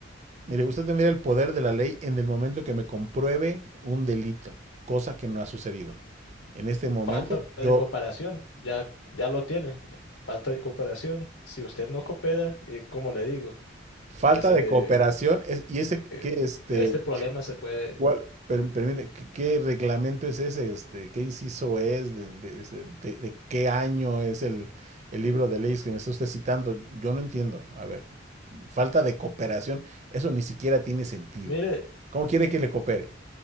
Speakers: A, on the right; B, on the left.
A: Mire, usted tendría el poder de la ley en el momento que me compruebe un delito, cosa que no ha sucedido. En este momento,
B: Falta de
A: yo,
B: cooperación, ya ya lo tiene. Falta de cooperación. Si usted no coopera, y como le digo,
A: Falta
B: este
A: de cooperación. Es- ¿Y ese qué,
B: eh,
A: este,
B: este problema se puede.
A: cuál, per- permite, qué, qué reglamento es ese? Este, ¿qué inciso es? ¿De, de, de- de- de qué año es el, el libro de leyes que me está usted citando? Yo no entiendo. A ver, falta de cooperación, eso ni siquiera tiene sentido.
B: Mire,
A: ¿Cómo quiere que le coopere?